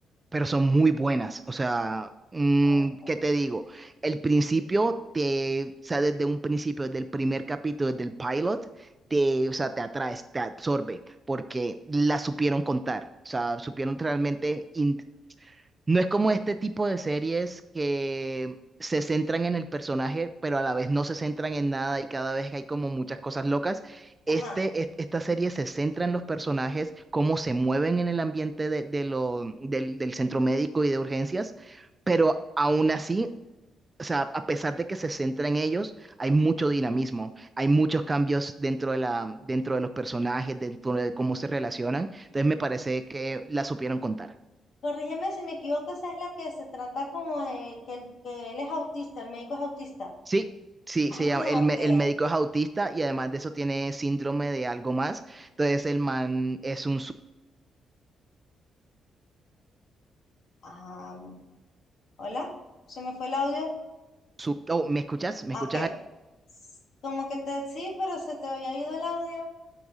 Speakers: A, on the right; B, on the left.
A: pero son muy buenas. O sea, mm,
B: O-
A: ¿qué te digo? El principio te, o sea, desde un principio, desde el primer capítulo, desde el pilot, te, o sea, te atraes, te absorbe, porque la supieron contar. O sea, supieron realmente in- no es como este tipo de series que se centran en el personaje, pero a la vez no se centran en nada y cada vez hay como muchas cosas locas.
B: Ajá.
A: Este, est- esta serie se centra en los personajes, cómo se mueven en el ambiente de, de lo, del, del centro médico y de urgencias, pero aún así, o sea, a pesar de que se centra en ellos, hay mucho dinamismo, hay muchos cambios dentro de la, dentro de los personajes, dentro de cómo se relacionan. Entonces me parece que la supieron contar.
B: Corrígeme si me equivoco, esa es la que se trata como de que, el- que él es autista, el médico es autista.
A: Sí, sí,
B: Ah,
A: se llama, el,
B: ok.
A: me- el médico es autista y además de eso tiene síndrome de algo más. Entonces el man es un... su-
B: Ah, Hola, se me fue el audio.
A: su- Oh, ¿me escuchas? ¿Me
B: Ah,
A: escuchas
B: ok. S- Como que te, sí, pero se te había ido el audio.